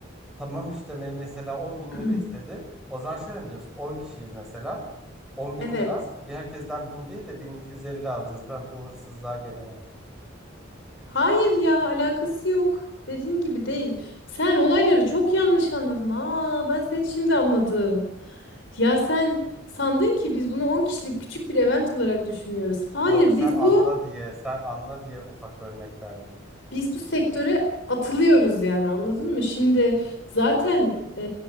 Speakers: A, in the centre; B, on the left.
A: Tamam işte me- mesela 10 bin
B: <clears throat>
A: lira istedi. O zaman şöyle mi diyorsun? 10 kişiyiz mesela. 10 bin
B: Evet.
A: lira bir herkesten bin değil de 1250 alacağız. Ben bu hırsızlığa gelemem.
B: Hayır ya alakası yok. Dediğin gibi değil. Sen olayları çok yanlış anladın. Aa ben seni şimdi anladım. Ya sen sandın ki biz bunu 10 kişilik küçük bir event olarak düşünüyoruz. Hayır
A: Yok sen
B: biz
A: anla
B: bu
A: diye sen anla diye ufak örnek verdim.
B: biz bu sektöre atılıyoruz yani anladın mı? Şimdi zaten e,